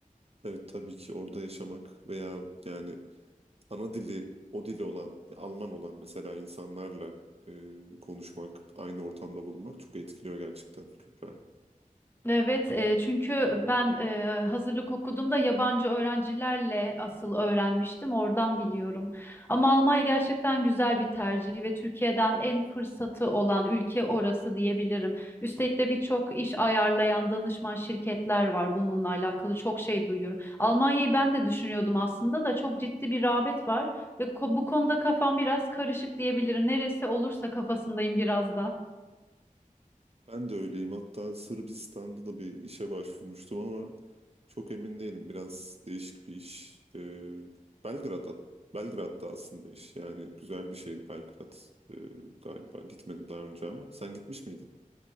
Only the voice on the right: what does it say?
Evet tabii ki orada yaşamak veya yani ana dili o dili olan Alman olan mesela insanlarla e, konuşmak, aynı ortamda bulunmak çok etkiliyor gerçekten Kübra.
Ben de öyleyim. Hatta Sırbistan'da da bir işe başvurmuştum ama çok emin değilim. Biraz değişik bir iş. Ee, Belgrad'a, Belgrad'da aslında iş. Yani güzel bir şehir Belgrad Ee, galiba. Gitmedim daha önce ama sen gitmiş miydin?